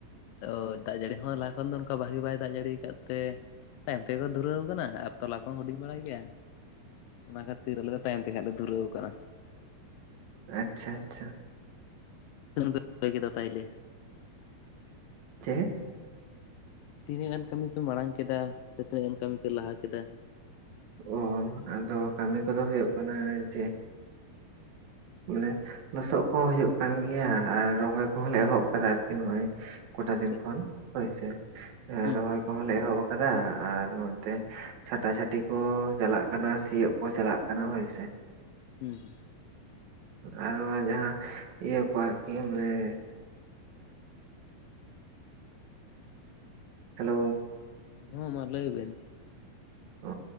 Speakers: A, on the left; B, on the right.
A: ᱚ ᱫᱟᱜ ᱡᱟᱹᱲᱤ ᱦᱚᱸ ᱞᱟᱦᱟ ᱠᱷᱚᱱ ᱫᱚ, ᱚᱱᱠᱟ ᱵᱷᱟᱜᱤ ᱵᱟᱭ ᱫᱟᱜ ᱡᱟᱹᱲᱤ ᱠᱟᱫ ᱛᱮ ᱛᱟᱭᱚᱢ ᱛᱮᱜᱮᱠᱚ ᱫᱷᱩᱨᱟᱹᱣ ᱠᱟᱱᱟ, ᱟᱨ ᱛᱚᱞᱟ ᱠᱚᱦᱚᱸ ᱦᱩᱰᱤᱧ ᱵᱟᱲᱟᱭ ᱜᱮᱭᱟ ᱾ ᱚᱱᱟ ᱠᱷᱟᱹᱛᱤᱨ ᱟᱞᱮ ᱫᱚᱸᱛᱟᱭᱚᱢ ᱛᱮ, ᱠᱷᱟᱱ ᱞᱮ ᱫᱷᱩᱨᱟᱹᱣ ᱠᱟᱱᱟ ᱾
B: ᱟᱪᱪᱷᱟ, ᱟᱪᱪᱷᱟ᱾
A: ᱛᱤᱱᱟᱹᱜ ᱜᱟᱱ ᱯᱮ ᱨᱚᱦᱚᱭ ᱠᱮᱫᱟ ᱛᱟᱭᱞᱮ?
B: ᱪᱮ?
A: ᱛᱤᱱᱟᱹᱜ ᱜᱟᱱ ᱠᱟᱹᱢᱤ ᱯᱮ, ᱢᱟᱲᱟᱝ ᱠᱮᱫᱟ ᱥᱮ ᱛᱤᱱᱟᱹᱜ ᱜᱟᱱ ᱠᱟᱹᱢᱤ ᱯᱮ ᱞᱟᱦᱟ ᱠᱮᱫᱟ?
B: ᱚ ᱟᱫᱚ ᱠᱟᱹᱢᱤ ᱠᱚᱫᱚ ᱦᱳᱭᱳᱜ ᱠᱟᱱᱟ, ᱡᱮᱼᱼ ᱢᱟᱱᱮ ᱞᱚᱥᱚᱫ ᱠᱚᱦᱚᱸ ᱦᱳᱭᱳᱜ ᱠᱟᱱ ᱜᱮᱭᱟ, ᱟᱨ ᱨᱚᱦᱚᱭ ᱠᱚᱦᱚᱸᱞᱮ ᱮᱦᱚᱵ ᱠᱟᱫᱟ ᱟᱨᱠᱤ ᱱᱚᱜᱼᱚᱭ ᱠᱚᱴᱟ
A: ᱟᱪᱪᱷᱟ
B: ᱫᱤᱱ ᱠᱷᱚᱱ᱾ ᱦᱳᱭᱥᱮ
A: ᱦᱩᱸ
B: ᱨᱚᱦᱚᱭ
A: ᱦᱩᱸ
B: ᱠᱚᱦᱚᱸ ᱞᱮ ᱮᱦᱚᱵ ᱠᱟᱫᱟ, ᱟᱨ ᱱᱚᱛᱮ ᱪᱷᱟᱴᱟᱪᱷᱟᱴᱤᱼᱼ ᱪᱷᱟᱴᱤ ᱠᱚ ᱪᱟᱞᱟᱜ ᱠᱟᱱᱟ, ᱥᱤᱭᱳᱚᱜ ᱠᱚ ᱪᱟᱞᱟᱜ ᱠᱟᱱᱟ ᱦᱳᱭᱥᱮ᱾
A: ᱦᱩᱸ, ᱦᱩᱸ᱾
B: ᱟᱨ ᱱᱚᱣᱟ ᱡᱟᱦᱟᱸ ᱤᱭᱟᱹ ᱠᱚ ᱟᱨᱠᱤ ᱢᱟᱱᱮ ᱦᱮᱞᱳ,
A: ᱦᱚᱸ ᱢᱟ ᱞᱟᱹᱭᱵᱤᱱ?
B: ᱦᱚ